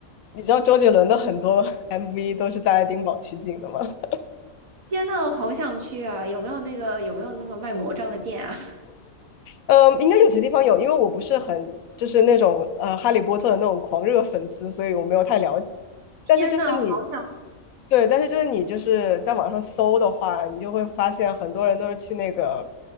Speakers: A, on the left; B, on the right.
A: 你知道周杰伦的很多 <laughs> MV 都是在爱丁堡取景的吗？<laughs>
B: 天呐，我好想去啊！有没有那个有没有那个卖魔杖的店啊？<laughs>
A: 嗯，应该有些地方有，因为我不是很就是那种呃哈利波特的那种狂热粉丝，所以我没有太了解。
B: 天呐，
A: 但是就是你。
B: 我好想
A: 对，但是就是你就是在网上搜的话，你就会发现很多人都是去那个